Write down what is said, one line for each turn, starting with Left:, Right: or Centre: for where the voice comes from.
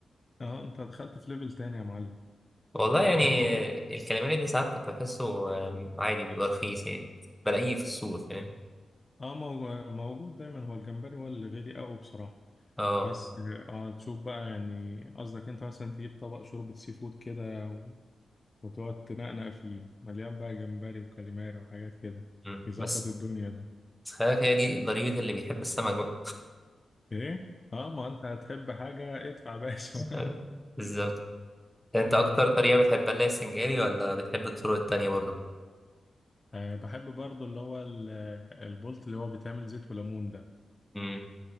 Left: اه انت دخلت في ليفل تاني يا معلم
Centre: والله
Left: احنا
Centre: يعني
Left: <laughs>
Centre: الكاليماري ده ساعات كنت بحسه آم، عادي بيبقى رخيص يعني بلاقيه في السوق فاهم
Left: اه موجو- موجود دايما هو الجمبري هو اللي غالي قوي بصراحة
Centre: اه
Left: بس اه تشوف بقى يعني قصدك انت مثلا تجيب طبق شوربة سي فود كده و... وتقعد تنقنق فيه مليان بقى جمبري وكاليماري وحاجات كده
Centre: مم.
Left: يظبط
Centre: بس
Left: الدنيا ده
Centre: بس خلي بالك هي دي ضريبة اللي بيحب السمك بقى
Left: ايه اه ما انت هتحب حاجة ادفع يا باشا
Centre: <laughs>
Left: <laughs>
Centre: بالظبط انت
Left: و-
Centre: اكتر طريقة بتحبها اللي هي السنجاري ولا بتحب الطرق التانية برضه
Left: آه، بحب برضو اللي هو ال- البولت اللي هو بيتعمل زيت وليمون ده
Centre: امم